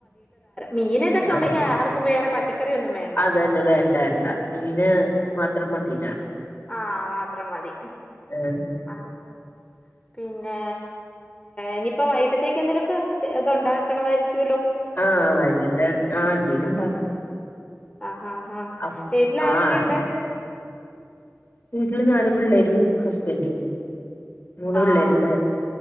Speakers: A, on the left; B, on the left.
A: മീൻ ഇതൊക്കെ
B: അതെ
A: ഉണ്ടെങ്കി ആർക്കും വേറെ പച്ചക്കറിയൊന്നും വേണ്ട
B: അതന്നെ വേണ്ട ണ്ട മീന് മാത്രം മതിട
A: ആ മാത്രം മതി
B: ഏ
A: അത് പിന്നെ ഇനിയിപ്പോ വൈകിട്ടത്തേക്ക് എന്തേലൊക്കെ ഇതുണ്ടാക്കണമായിരിക്കുല്ലോ
B: ആ വൈകിട്ട് ആ എന്തേലും ഉണ്ടാക്കണം
A: ആഹ് ഹഹ
B: അപ്
A: വീട്ടില
B: ആഹ്
A: ആരൊക്കെയുണ്ട്
B: വീട്ടില് ഞാനും പിള്ളേരും ഹസ്ബൻറും മൂന്ന്
A: ആഹ്
B: പിള്ളേരുണ്ട്